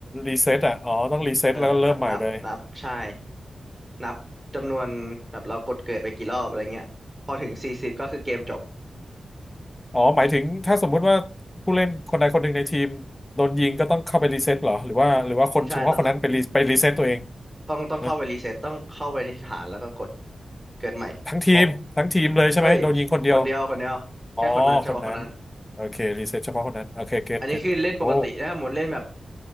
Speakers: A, on the left; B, on the right.
A: รีเซ็ตอ่ะอ๋อต้องรีเซ็ตแล้วก็เริ่มใหม่เลย
B: เออแบบนับนับใช่นับจำนวนแบบเรากดเกิดไปกี่รอบอะไรเงี้ยพอถึงสี่สิบก็คือเกมจบ
A: อ๋อหมายถึงถ้าสมมุติว่าผู้เล่นคนใดคนหนึ่งในทีมโดนยิงก็ต้องเข้าไปรีเซ็ตเหรอหรือว่าหรือว่าคนเฉพาะคนนั้นไปรีไปรีเซ็ตตัวเอง
B: ใช่ต้องต้องต้องต้องเข้าไปรีเซ็ตต้องเข้าไปที่ฐานแล้วก็กด
A: นะ
B: เกิดใหม่โปะ
A: ทั้งทีมทั้งทีมเลยใช่ไหมโดนยิงคนเดียว
B: เอ้ยที่คนเดียวคนเดียวแค่คนนั้นเฉพาะคนนั้น
A: อ๋อคนนั้นโอเครีเซ็ตเฉพาะคนนั้นโอเคเก็ตเก็ตโอ้
B: อันนี้คือเล่นปกติถ้าหมดเล่นแบบ